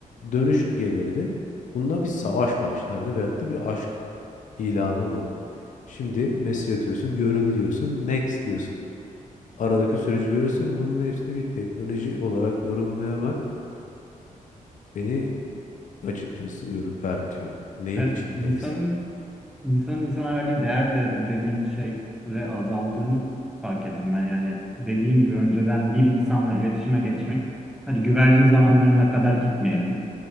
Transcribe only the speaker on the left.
Dönüş gelirdi. Bununla bir savaş başlardı veyahut da bir aşk ilanı olurdu. Şimdi mesaj atıyorsun, görül diyorsun, next diyorsun. Aradaki süreci görüyorsun. Bunun hepsini bir teknoloji olarak yorumlayamak beni açıkçası ürpertiyor. Neyin
içindeyiz?